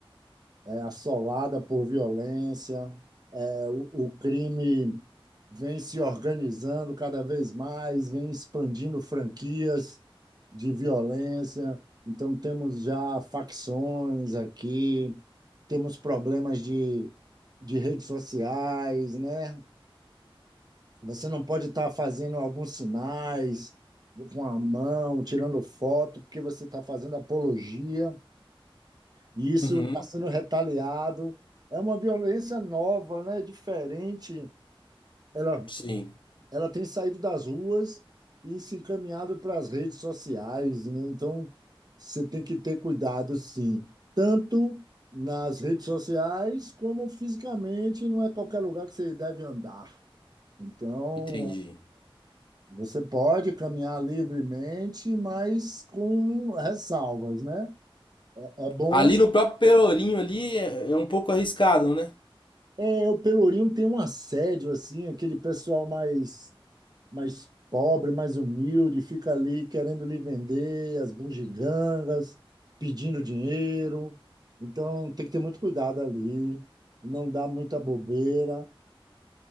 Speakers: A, on the right; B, on the left.
A: é, assolada por violência, O, o crime vem se organizando cada vez mais, vem expandindo franquias de violência. Então, temos já facções aqui, temos problemas de, de redes sociais, né? Você não pode estar fazendo alguns sinais com a mão, tirando foto, porque você está fazendo apologia, e isso
B: Uhum,
A: está sendo retaliado. É uma violência nova, né? Diferente. Ela
B: sim,
A: ela tem saído das ruas e se encaminhado para as redes sociais, né? Então, você tem que ter cuidado, sim, tanto nas redes sociais como fisicamente, não é qualquer lugar que você deve andar. Então,
B: entendi.
A: você pode caminhar livremente, mas com ressalvas, né? É é bom.
B: Ali no próprio Pelourinho ali é é um pouco arriscado, né?
A: É, o Pelourinho tem um assédio, assim, aquele pessoal mais mais pobre, mais humilde, fica ali querendo lhe vender as bugigangas, pedindo dinheiro. Então, tem que ter muito cuidado ali, não dar muita bobeira.